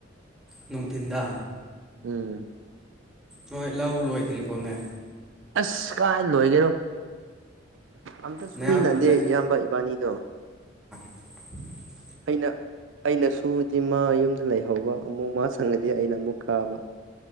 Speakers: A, in the centre; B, on the right.
A: ꯅꯨꯡꯊꯤꯟꯗ
B: ꯎꯝ
A: ꯅꯣꯏ ꯂꯧ ꯂꯣꯏꯗ꯭ꯔꯤꯕꯣꯅꯦ
B: ꯑꯁ ꯀꯥꯏ ꯂꯣꯏꯒꯦꯔꯣ ꯑꯝꯇ ꯁꯨꯃꯤꯟꯅꯗꯦ
A: ꯅꯌꯥꯝ ꯅ
B: ꯏꯌꯥꯝꯕ ꯏꯕꯥꯅꯤꯗꯣ
A: <unintelligible>
B: ꯑꯩꯅ ꯑꯩꯅ ꯁꯨꯔꯗꯤ ꯃꯥ ꯌꯨꯝꯗ ꯂꯩꯍꯧꯕ ꯑꯃꯨꯛ ꯃꯥ ꯁꯪꯉꯗꯤ ꯑꯩꯅ ꯑꯃꯨꯛ ꯀꯥꯕ